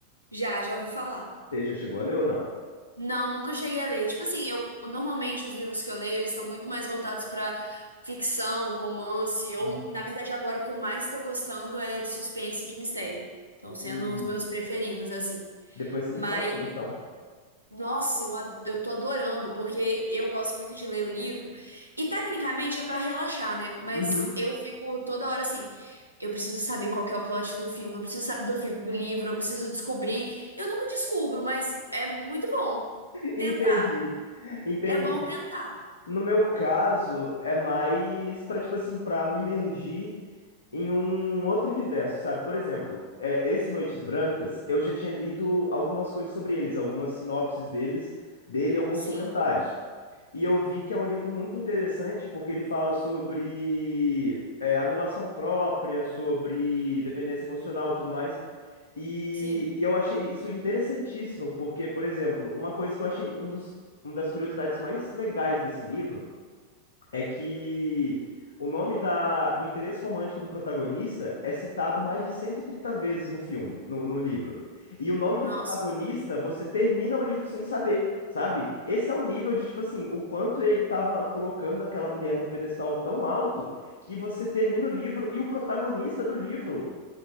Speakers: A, on the right (about 85°); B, on the left (about 65°).
A: Já, já ouvi falar.
B: Você já chegou a ler ou não?
A: Não, nunca cheguei a ler. Tipo assim, eu normalmente os livros que eu leio, eles estão muito mais voltados pra ficção, romance, ou
B: Uhum.
A: na verdade agora o que eu mais tô gostando é de suspense e de mistério. Estão sendo
B: Hum.
A: os meus preferidos assim.
B: Depois você
A: Mas
B: me fala dele, então.
A: nossa, eu, ad- eu tô adorando, porque eu gosto muito de ler o livro. E tecnicamente é pra relaxar, né? Mas
B: Uhum.
A: eu fico toda hora assim, eu preciso saber qual que é o plot do filme, eu preciso saber do filme, do livro, eu preciso descobrir. Eu nunca descubro, mas é muito bom
B: Entendi,
A: tentar.
B: entendi.
A: É bom tentar.
B: No meu caso, é mais pra, tipo assim, pra me imergir em um outro universo, sabe? Por exemplo, é, esse Noites Brancas, eu já tinha lido algumas coisas sobre eles, algumas sinopses deles, dele, e alguns
A: Sim,
B: comentários. E eu vi que é um livro muito interessante porque ele fala sobre é, anulação própria, sobre dependência emocional e tudo mais. E,
A: sim.
B: e eu achei isso interessantíssimo, porque, por exemplo, uma coisa que eu achei um dos, uma das curiosidades mais legais desse livro é que o nome da, do interesse romântico do protagonista é citado mais de 130 vezes no filme, no, no livro. E o nome
A: Nossa,
B: do protagonista, você termina o livro sem saber, sabe? Esse é o nível de, tipo assim, o quanto ele tava colocando aquela mulher num pedestal tão alto que você termina o livro e o protagonista do livro